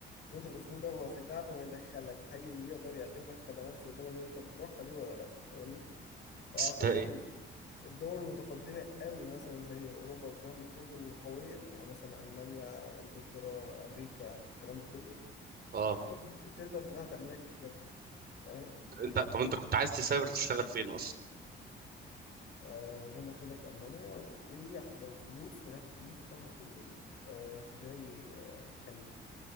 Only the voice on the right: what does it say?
ت-
اه
انت طب انت كنت عايز تسافر تشتغل فين اصلا